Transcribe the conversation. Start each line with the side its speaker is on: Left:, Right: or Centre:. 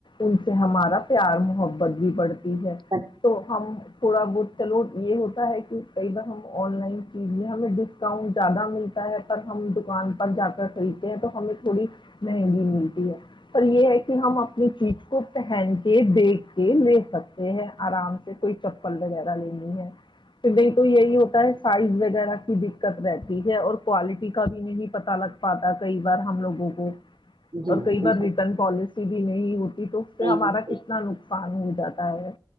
Left: ان سے ہمارا پیار محبت بھی بڑھتا ہے
Right: پر-
Left: تو ہم تھوڑا بہت چلو یہ ہوتا ہے کہ کئی بار ہم آن لائن چیزیں ہمیں ڈسکاؤنٹ زیادہ ملتا ہے پر ہم دکان پر جا کر خریدیں یتو ہمیں تھوڑی مہنگی ملتی ہے اور یہ ہے کہ ہم اپنی چیز کو پہن کے دیکھ کے لے سکتے ہے آرام سے کوئی چپل وغیرہ لینی ہے پھر تو یہی ہوتا ہے سائز وغیرہ کی دککت رہتی ہے اور کوالٹی کا بھی نہیں پتہ لگ پاتا تھا کئی بار ہم لوگوں کو
Right: جی
Left: اور کئی
Right: بالکل
Left: بار ریٹرن پالیسی بھی نہیں ہوتی تو
Right: نہیں
Left: پھر ہمارا
Right: ہوتی،
Left: کتنا نقصان ہو جاتا ہے